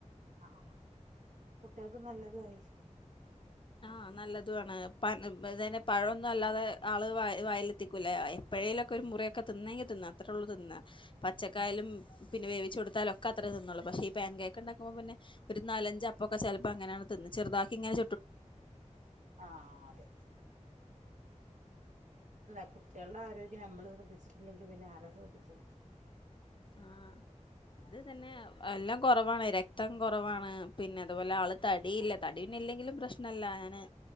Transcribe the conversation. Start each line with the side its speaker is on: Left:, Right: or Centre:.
Right: ആഹ കുട്ടികൾക്ക് നല്ലതും ആയി.
Left: ആഹ നല്ലതു ആണ് <unintelligible> പഴം. ന്ന അല്ലാതെ ആള് വായിൽ വായിലെത്തിക്കൂലേ എപ്പോഴേലുഒക്കെ ഒരു മുറയൊക്കെ തിന്നെങ്കി തിന്ന. അത്രേള്ളൂ തിന്ന പച്ചക്കായലും
Right: ആഹ്
Left: പിന്നെ <inaudible> ച കൊടുത്താല ഒക്കെ അത്ര തിന്നൊള്ളൂ പക്ഷ ഈ പൻ കേക്കിണ്ടാക്കുമ്പോ പിന്നെ ഒരു നാലഞ്ച് അപ്പൊക്കെ അങ്ങനാണ് തിന്ന് ചെറുതാക്കിങ്ങനെ..
Right: ആഹ അതെ അല്ല കുട്ടികളുടെ ആരോഗ്യം നമ്മള് ശ്രദ്ധിച്ചിട്ടില്ലെങ്കി പിന്നെ ആരാ ശ്രദ്ധിക്കാ.
Left: ആഹ ഇത് തന്നെ എല്ലാം കുറവാണ് രക്തം കുറവാണ്, പിന്നെ അതുപോലെ ആള് തടിയില്ല തടി പിന്നെ എല്ലെങ്കിലും പ്രശ്നല്ല ഞാന്